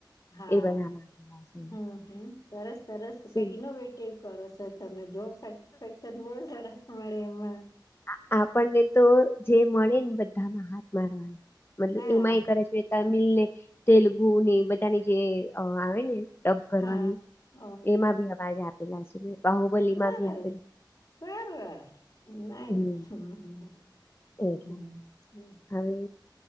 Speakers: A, on the left (about 50°); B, on the left (about 30°).
A: હા
B: એ બધામાં આપેલા છે
A: હમ્મ હમ્મ સરસ સરસ
B: સીન
A: કઈ ઇનોવેટિવ. કરો છો તમે જોબ સેટિસફેક્શન બહું સરસ મળે એમાં.
B: આ આપણને તો જે મળે ને બધામાં હાથ મારવાની મતલબ
A: હા
B: એમાંય કરે છે. તમિલ ને તેલુગુ ને એ બધાની જે આવે ને. ડબ કરવાની
A: હા અ
B: એમાં બી અવાજ આપેલા છે બાહુબલીમાં
A: સરસ
B: ભી આપ
A: સરસ નાઇસ હમ્મ
B: હમ
A: હમ્મ.
B: એટલે
A: હમ્મ.
B: હવે